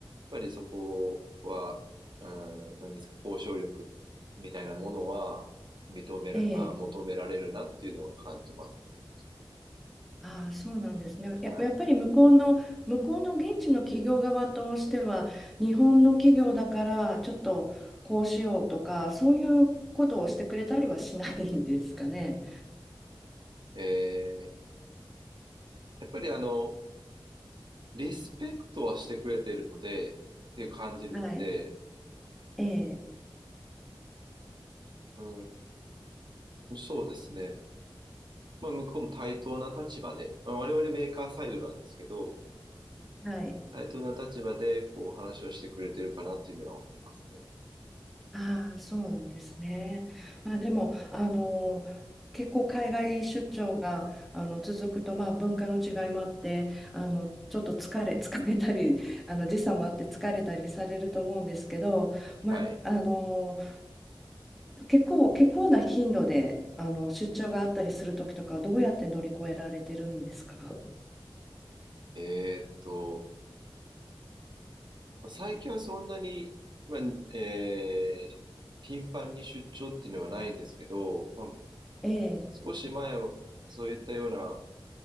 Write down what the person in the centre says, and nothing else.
ええ、
ええああ、そうなんですね。や、
やっぱり向こうの、向こうの現地の企業側としては、日本の企業だからちょっとこうしようとか、そういうことをしてくれたりはしないんですかね。
はい。ええ、
はい。
ああ、そうなんですね。まあでも、あの、結構海外出張があの続くと、まあ、文化の違いもあってあのちょっと疲れ、<laughs> 疲れたりあの時差もあって疲れたりされると思うんですけど、まあ、
あの結構、結構な頻度で、あの、出張があったりするときとか、どうやって乗り越えられてるんですか
ええ、